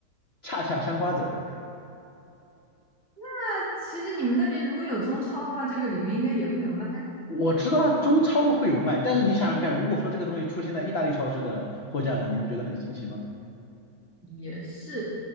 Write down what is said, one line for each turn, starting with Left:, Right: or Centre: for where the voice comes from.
Left: 恰恰香瓜子儿。
Right: 那其实你们那边如果有中超的话，这个里面应该也会有卖，
Left: 我知道中超会有卖，但是你想想看，如果说这个东西出现在意大利超市的货架上，你不觉得很新奇吗？
Right: 也是，